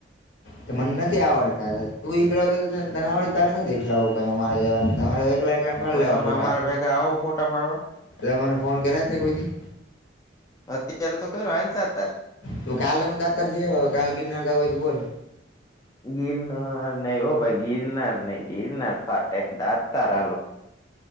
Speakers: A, on the left; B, on the left.
A: તો મને નથી આવડતા, તું એકલો હતો. તને આવડે, તારે નથી દેખડાવું અમારે જે જવાને. લેવા પણ
B: તમે
A: ફોટા
B: અમારા ભેગા આવો ફોટા પાડવા
A: એટલે તે મને ફોન કર્યા કોઈ દી.
B: અત્યારે તો કર હાલ હતા અત્યારે
A: તો કાલ દાતારથી કાલે, ગિરનાર જાઉં હોય તો બોલ.
B: ગિરનાર નહી હો, ભાઈ! ગિરનાર નઈ, ગિરનાર ફાટે, દાદ. તારા હાલો.